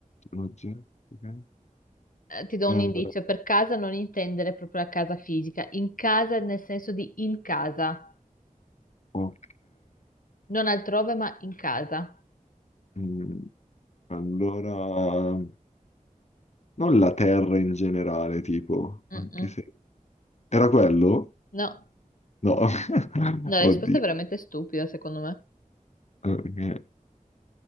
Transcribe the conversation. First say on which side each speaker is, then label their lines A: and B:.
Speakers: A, on the left; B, on the left.
A: Un oggetto, ok.
B: Eh, ti do
A: Eh,
B: un indizio, per casa non intendere proprio la casa fisica, in casa nel senso di in casa,
A: Ok,
B: non altrove ma in casa.
A: Mm, allora non la terra in generale, tipo,
B: Mm-mm.
A: anche se era quello?
B: No,
A: No, <laughs>
B: no, la risposta
A: oddio.
B: è veramente stupida, secondo me.
A: Ok.